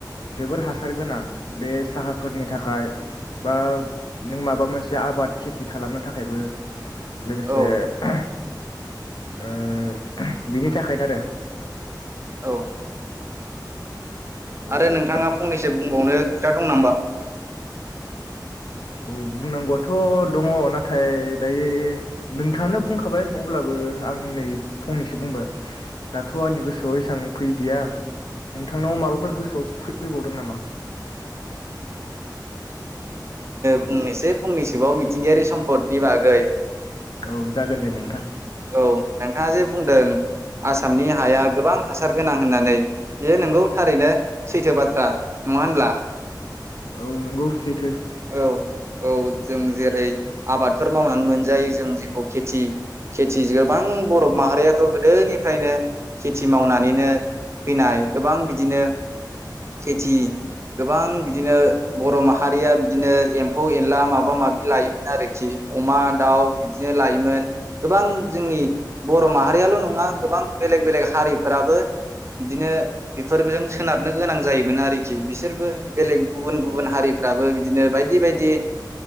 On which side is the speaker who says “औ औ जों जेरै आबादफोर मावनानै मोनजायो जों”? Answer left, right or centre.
Right